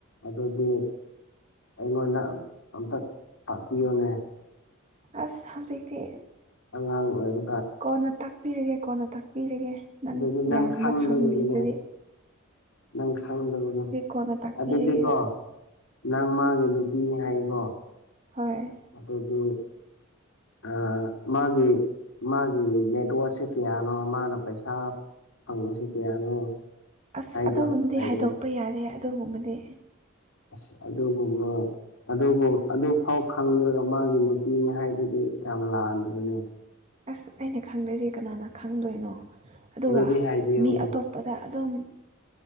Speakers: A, on the left (about 75°); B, on the right (about 30°).
A: ꯑꯗꯨꯗꯄ ꯑꯩꯉꯣꯟꯗ ꯑꯝꯇ ꯇꯥꯛꯄꯤꯌꯨꯅꯦ
B: ꯑꯁ ꯍꯧꯖꯤꯛꯇꯤ
A: ꯑꯉꯥꯡ ꯑꯣꯏꯕ
B: ꯀꯣꯟꯅ ꯇꯥꯛꯄꯤꯔꯒꯦ ꯀꯣꯟꯅ ꯇꯥꯛꯄꯤꯔꯒꯦ ꯅꯪ
A: ꯑꯗꯨꯗꯤ
B: ꯌꯥꯝꯅ
A: ꯈꯪꯗꯕꯒꯤꯅꯦ
B: ꯈꯪꯅꯤꯡꯂꯗꯤ
A: ꯅꯪ ꯈꯪꯗꯕꯗꯣ
B: ꯀꯣꯟꯅ ꯇꯥꯛꯄꯤꯔꯒꯦꯕ
A: ꯑꯗꯨꯗꯤꯀꯣ ꯅꯪ ꯃꯥꯒꯤ ꯅꯨꯄꯤꯅꯤ ꯍꯥꯏꯀꯣ
B: ꯍꯣꯏ
A: ꯑꯗꯨ ꯑ ꯃꯥꯒꯤ ꯃꯥꯒꯤ ꯅꯦꯠꯋꯔꯛꯁꯦ ꯀꯌꯥꯅꯣ ꯃꯥꯅ ꯄꯩꯁꯥ ꯐꯪꯕꯁꯤ ꯀꯌꯥꯅꯣ
B: ꯑꯁ
A: ꯍꯥꯏꯗꯣ
B: ꯑꯗꯨꯒꯨꯝꯕꯗꯤ
A: ꯍꯥꯏꯗꯤ
B: ꯍꯥꯏꯗꯣꯛꯄ ꯌꯥꯗꯦ ꯑꯗꯨꯒꯨꯝꯕꯗꯤ
A: ꯑꯁ ꯑꯗꯨꯒꯨꯝꯕ ꯑꯗꯨꯕꯨ ꯑꯗꯨꯐꯥꯎ ꯈꯪꯗ꯭ꯔꯒ ꯃꯥꯒꯤ ꯅꯨꯄꯤꯅꯤ ꯍꯥꯏꯗꯨꯗꯤ ꯌꯥꯝ ꯂꯥꯟꯗ꯭ꯔꯅꯦ
B: ꯑꯁ ꯑꯩꯅ ꯈꯪꯗ꯭ꯔꯗꯤ ꯀꯅꯥꯅ ꯈꯪꯗꯣꯏꯅꯣ ꯑꯗꯨꯒ
A: ꯑꯗꯨꯗꯤ ꯍꯥꯏꯕꯤꯌꯨꯅꯦ
B: ꯃꯤ ꯑꯇꯣꯞ ꯄꯗ ꯑꯗꯨꯝ